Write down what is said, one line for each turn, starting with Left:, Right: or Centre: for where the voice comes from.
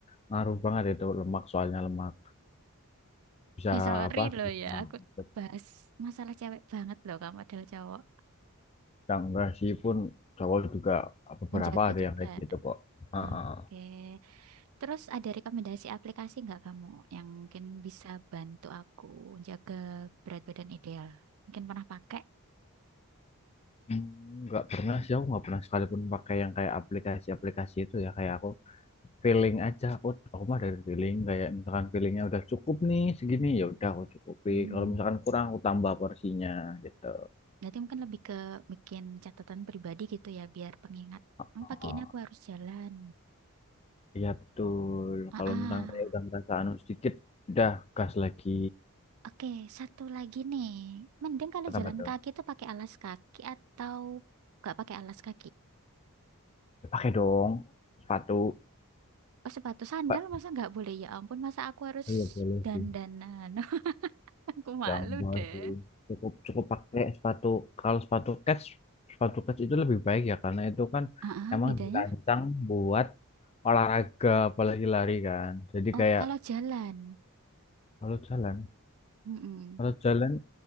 Left: ngaruh banget itu lemak soalnya lemak bisa
Right: Eh, sorry
Left: apa
Right: loh
Left: bisa
Right: ya, aku
Left: ikut
Right: bahas masalah cewek banget loh kamu adalah cowok.
Left: yang sih pun cowok juga beberapa
Right: Menjaga
Left: ada
Right: juga.
Left: yang kayak gitu kok. Heeh.
Right: Oke, terus ada rekomendasi aplikasi nggak kamu yang mungkin bisa bantu aku jaga berat badan ideal? Mungkin pernah pakai?
Left: Hmm, nggak pernah sih aku nggak pernah sekalipun pakai yang kayak aplikasi-aplikasi itu ya kayak aku feeling aja aku aku mah dari feeling kayak misalkan feelingnya udah cukup nih segini ya udah aku cukupin
Right: Hmm.
Left: kalau misalkan kurang aku tambah porsinya gitu
Right: Berarti mungkin lebih ke bikin catatan pribadi gitu ya, biar pengingat. Oh,
Left: Oh,
Right: pakai ini aku harus jalan.
Left: iya betul
Right: Ah,
Left: kalau
Right: ah.
Left: misalkan kayak udah ngerasa anu sedikit udah gas lagi
Right: Oke, satu lagi nih. Mending kalau
Left: kenapa
Right: jalan
Left: tuh
Right: kaki itu pakai alas kaki atau nggak pakai alas kaki?
Left: Ya, pakai dong sepatu
Right: Oh, sepatu sandal
Left: Pak.
Right: masa nggak boleh? Ya ampun, masa aku harus
Left: Iya boleh
Right: dandanan?
Left: sih
Right: <laughs> Aku malu
Left: jangan boleh
Right: deh.
Left: sih cukup cukup pakai sepatu kalau sepatu kets sepatu kets itu lebih baik ya karena itu kan
Right: Ah, ah,
Left: emang
Right: bedanya?
Left: dirancang buat olahraga apalagi lari kan jadi
Right: Oh,
Left: kayak
Right: kalau jalan.
Left: Kalau jalan,
Right: Mm-mm.
Left: kalau jalan,